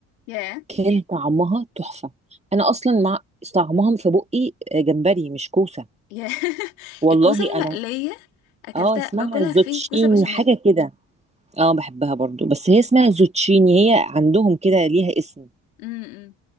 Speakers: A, on the left (about 85°); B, on the right (about 15°).
A: ياه
B: كان طعمها تحفة انا اصلا مع طعمها في بقي آه، جمبري مش كوسة
A: يا <laughs>
B: والله
A: الكوسة المقلية
B: انا
A: أكلتها
B: اه اسمها
A: باكلها
B: زوتشيني
A: في كوسة بشاميل
B: حاجة كده اه بحبها برضو بس هي اسمها زوتشيني هي عندهم كده ليها اسم
A: امم امم.